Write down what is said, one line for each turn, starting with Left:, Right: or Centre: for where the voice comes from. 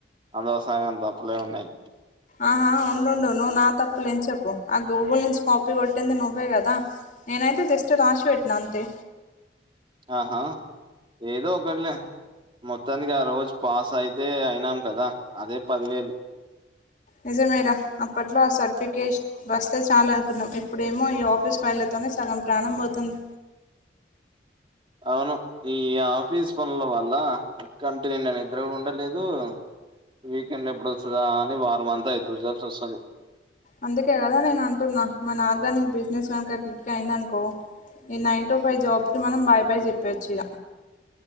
Right: అదోసాయం దప్పులో ఉన్నయ్
Left: ఆహా ఉండుండు నువ్వు నా తప్పు లేంచకు ఆ గూగుల్ నుంచి కాపీ కొట్టింది నువ్వే కదా నేనైతే జస్ట్ రష్ పెట్న అంతే
Right: ఆహా ఎదో ఒకట్లే మొత్తానికి ఆ రోజు పాస్ అయితే అయినాం కదా అదే పదివేలు
Left: నిజమేర అప్పట్లో ఆ సర్టిఫికేష్ వస్తే చాల్ అనుకున్నాం ఇప్పుడేమో ఈ ఆఫీస్ ఫైలతో ఆమె సగం ప్రాణం పోతుంది
Right: అవును ఈ ఆఫీస్ పనుల వల్ల ఉక్కంటినిండ నిద్ర ఉండట్లేదు వీకెండ్ ఎప్పుడోస్తాద అని వారం అంతా ఎదురు చూస్తా వస్తుంది
Left: అందుకే కదా నేను అంటున్నా మన ఆర్గానిక్ బిజినెస్ గనక క్లిక్ అయిందనుకో ఈ నైన్ టు ఫైవ్ జాబ్ కి మనం బాయ్ బాయ్ చెప్పేయచ్చు ఇగ